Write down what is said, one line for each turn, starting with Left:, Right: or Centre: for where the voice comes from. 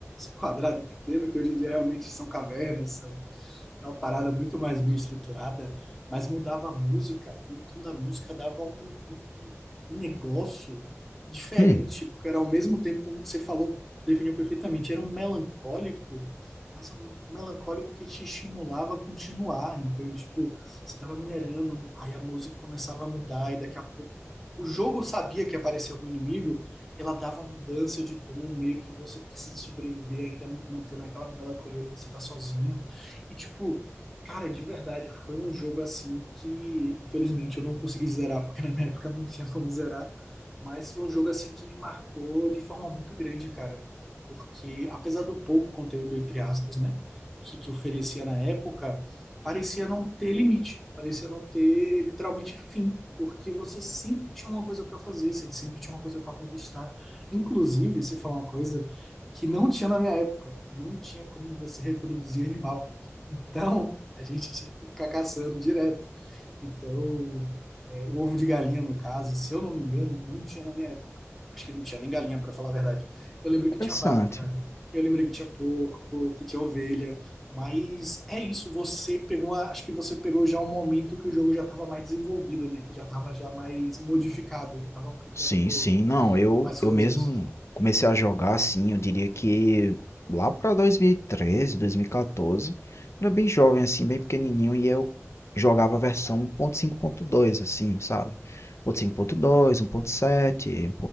Centre: quadrados pequenos, que hoje em dia realmente são cavernas, são é uma parada muito mais bem estruturada, mas mudava a música, e o tom da música dava um, um- um- um negócio diferente,
Left: Hum,
Centre: porque era ao mesmo tempo, como você falou, definiu perfeitamente, era um melancólico, mas um melancólico que te estimulava a continuar. Então, tipo, você tava minerando, aí a música começava a mudar, e daqui a pouco o jogo sabia que aparecia algum inimigo, ela dava uma mudança de tom, meio que você precisa sobreviver ainda mantendo aquela melancolia de você estar sozinho. E, tipo, cara, de verdade, foi um jogo assim que, infelizmente, eu não consegui zerar, porque na minha época não tinha como zerar. Mas foi um jogo assim que me marcou de forma muito grande, cara. Porque, apesar do pouco conteúdo, entre aspas, né, que, que oferecia na época, parecia não ter limite, parecia não ter literalmente fim, porque você sempre tinha uma coisa para fazer, você sempre tinha uma coisa para conquistar. Inclusive, se falar uma coisa que não tinha na minha época, não tinha como você reproduzir animal. Então, a gente tinha que ficar caçando direto. Então, é, o ovo de galinha, no caso, se eu não me engano, não tinha na minha época. Acho que não tinha nem galinha, para falar a verdade. Eu lembro que
Left: interessante.
Centre: tinha vaca, eu lembro que tinha porco, que tinha ovelha. Mas é isso, você pegou, uma- acho que você pegou já um momento que o jogo já estava mais desenvolvido, né? Que já estava já mais modificado, já estava aplicando
Left: Sim, sim. Não, eu,
Centre: mais
Left: eu
Centre: coisas.
Left: mesmo comecei a jogar assim, eu diria que lá para 2013, 2014, era bem jovem assim, bem pequenininho e eu jogava a versão 1.5.2 assim, sabe? 1.5.2, 1.7,